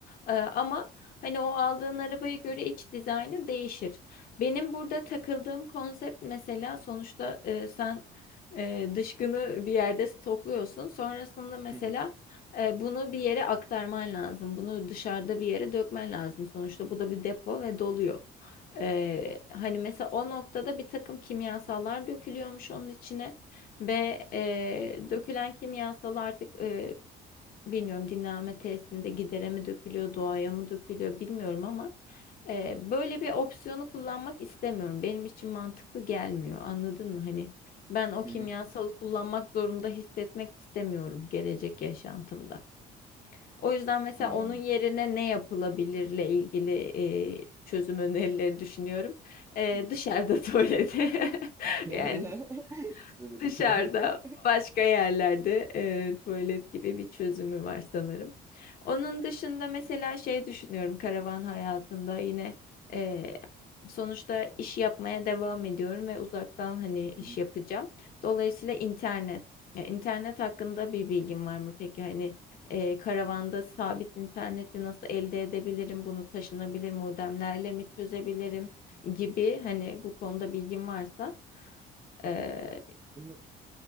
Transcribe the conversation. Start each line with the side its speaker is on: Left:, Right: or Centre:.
Left: Ee, ama hani o aldığın arabaya göre iç dizaynı değişir. Benim burada takıldığım konsept mesela sonuçta e, sen e, dışkını bir yerde stokluyorsun. Sonrasında mesela
Right: hı hı,
Left: e, bunu bir yere aktarman lazım. Bunu dışarıda bir yere dökmen lazım. Sonuçta bu da bir depo ve doluyor. Ee, hani
Right: hı hı,
Left: mesela o noktada bir takım kimyasallar dökülüyormuş onun içine ve e, dökülen kimyasal artık e, bilmiyorum dinlenme tesisinde gidere mi dökülüyor, doğaya mı dökülüyor bilmiyorum ama e, böyle bir opsiyonu kullanmak istemiyorum. Benim için mantıklı gelmiyor. Anladın mı? Hani ben o kimyasalı
Right: hı hı.
Left: kullanmak zorunda hissetmek istemiyorum gelecek yaşantımda. O yüzden mesela
Right: Anladım.
Left: onun yerine ne yapılabilirle ilgili e, çözüm önerileri düşünüyorum. E,
Right: Hı hı.
Left: dışarıda <laughs> tuvalete. <laughs>
Right: <laughs>
Left: Yani
Right: Sanırım.
Left: Dışarıda
Right: <laughs>
Left: başka yerlerde e, tuvalet gibi bir çözümü var sanırım. Onun dışında mesela şey düşünüyorum karavan hayatında yine e, sonuçta iş yapmaya devam ediyorum ve uzaktan hani iş
Right: Hı hı.
Left: yapacağım. Dolayısıyla internet. Ya, internet hakkında bir bilgin var mı peki? Hani e, karavanda sabit interneti nasıl elde edebilirim? Bunu taşınabilir modemlerle mi çözebilirim gibi hani bu konuda bilgin varsa. e,
Right: Bunu,